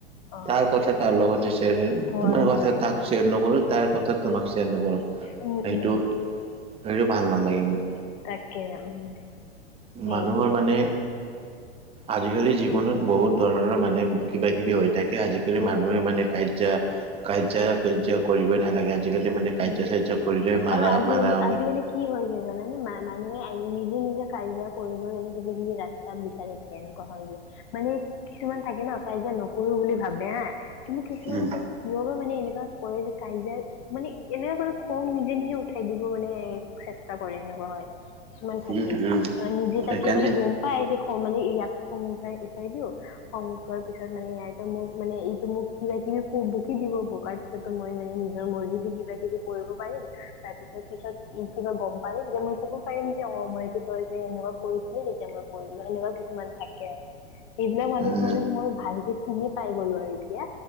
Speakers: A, on the left (about 30°); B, on the right (about 20°).
A: অ',
B: তাৰ কথা তাৰ লগতে শেয়াৰ কৰিম।
A: হয়,
B: তোমাৰ কথা
A: হয় সেইটোতো
B: তাক শেয়াৰ নকৰো, তাৰ কথা তোমাক নকৰো
A: উম,
B: সেইটো-সেইটো
A: উম,
B: ভাল নালাগে মোক।
A: তাকে উম। সেই
B: মানুহৰ মানে আজিকালি জীৱনত বহুত ধৰণৰ মানুে কিবা কিবি তাকে আজিকালি
A: উম,
B: মানুহে
A: উম,
B: মানে কাজ্যা- কাজ্যা-কাৰ্যা কৰিবই নালাগে আজিকালি মানে কাজিয়া
A: উ
B: চাজিয়া কৰিলে মাৰা
A: আৰু আজিকালি-আজিকালি
B: মাৰা হয়।
A: কি হৈ যায় জানানে, ম-মানুহে নিজে নিজে কাজিয়া কৰিবৰ এনে কিবা কিবি ৰাস্তা বিচাৰি থাকে এনেকুৱা হয় যে। মানে কিছু মান থাকে ন কাইজা নকৰো বুলি ভাবে হা কিন্তু কিছুমানে
B: উম
A: থাকে কিয় বা মানে এনেকুৱা কৰে যে কাইজা এনেকুৱা কৰি খং নিজে নিজে উঠাই দিব মানে চেষ্টা কৰে এনেকুৱা হয়। কিছুমান থাকে।
B: উম উম
A: নিজে
B: সেইকাৰণে
A: তাকে মানে গম পাই যে মানে ইয়াক খ উাই-উঠাই দিও খং উঠোৱাৰ পিছত মানে ইয়াই তো মোৰ মানে এইটো মোক কিবা কিবি বকি দিব বককাৰ পিছতো মই মানে নিজৰ মৰ্জিত দি কিবা কিবি কৰিব পাৰিম। তাৰ পিছত পিছত কিবা গম পাৰিম যে মই ক'ব পাৰিম যে অ মই এইটো তই যে এনেকুৱা কৰিছিলি তেতিয়া মই কৰিলো, এনেকুৱা কিছুমান থাকে আৰু। সেইবিলাক মানুহ
B: উম
A: মানে মই ভালকে চিনি পাই গলো আৰু এতিয়া